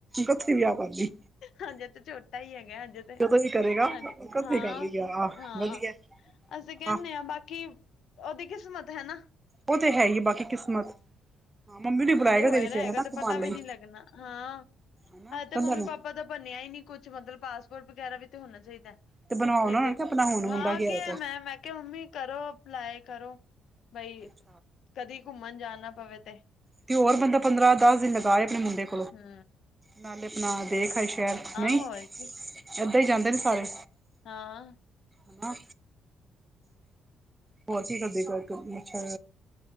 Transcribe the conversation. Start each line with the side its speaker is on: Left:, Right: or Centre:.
Right: ਉੱਥੇ ਵਿਆਹ ਕਰ ਲਈ।
Left: ਹਜੇ ਤੇ ਛੋਟਾ ਹੀ ਹੈਗਾ ਹਜੇ ਤੇ,
Right: ਜਦੋਂ ਵੀ ਕਰੇਗਾ
Left: ਹਾਂਜੀ
Right: ਕੱਥੇ
Left: ਹਾਂ
Right: ਕਰ ਲਈ ਵਿਆਹ ਆਹ
Left: ਹਾਂ।
Right: ਵਧੀਆ
Left: ਅਸੀਂ ਕਹਿੰਦੇ
Right: ਆਹ
Left: ਹਾਂ ਬਾਕੀ, ਉਹਦੀ ਕਿਸਮਤ ਹੈ ਨਾ।
Right: ਉਹ ਤੇ ਹੈ ਹੀ ਬਾਕੀ ਕਿਸਮਤ, ਹਾਂ ਮੰਮੀ ਨੂੰ ਬੁਲਾਏਗਾ
Left: ਜੇ ਹੋਇਆ
Right: ਤੇਰੀ ਫਿਰ
Left: ਨਾ ਹੈਗਾ
Right: ਹਨਾ
Left: ਤਾਂ
Right: ਘੁਮਾਉਣ
Left: ਪਤਾ ਵੀ
Right: ਲਈ।
Left: ਨਹੀਂ ਲੱਗਣਾ ਹਾਂ
Right: ਹਨਾ।
Left: ਹਜੇ ਤੇ
Right: ਕੰਧਾ
Left: ਮੰਮੀ
Right: ਨੂੰ
Left: ਪਾਪਾ ਦਾ ਬਣਿਆ ਹੀ ਨੀ ਕੁੱਛ ਮਤਲਬ, ਪਾਸਪੋਰਟ ਵਗੈਰਾ ਵੀ ਤੇ ਹੋਣਾ ਚਾਹੀਦਾ।
Right: ਤੇ ਬਣਵਾਓ
Left: ਨਹੀਂ
Right: ਨਾ
Left: ਤੇ,
Right: ਉਹਨਾਂ ਕਿ ਆਪਣਾ ਹੁਣ
Left: ਹਾਂ
Right: ਮੁੰਡਾ ਗਿਆ
Left: ਕਿਹਾ
Right: ਉਹ ਤਾਂ
Left: ਮੈਂ, ਮੈਂ ਕਿਹਾ ਮੰਮੀ ਕਰੋ ਅਪਲਾਏ ਕਰੋ ਬਈ
Right: ਹਾਂ।
Left: ਕਦੀ ਘੁੰਮਣ ਜਾਣਾ ਪਵੇ ਤੇ।
Right: ਤੇ ਹੋਰ ਬੰਦਾ ਪੰਦਰਾਂ ਦਸ ਦਿਨ ਲਗਾਏ ਆਪਣੇ ਮੁੰਡੇ ਕੋਲ
Left: ਹੂੰ।
Right: ਨਾਲੇ ਆਪਣਾ ਦੇਖ ਆਏ ਸ਼ਹਿਰ, ਨਹੀਂ
Left: ਹੋਰ ਕੀ
Right: ਏਦਾਂ ਹੀ ਜਾਂਦੇ ਨੇ ਸਾਰੇ।
Left: ਹਾਂ।
Right: ਹਨਾ, ਹੋਰ ਕੀ ਕਰਦੇ ਪਏ। ਕੁਛ ਅੱਛਾ,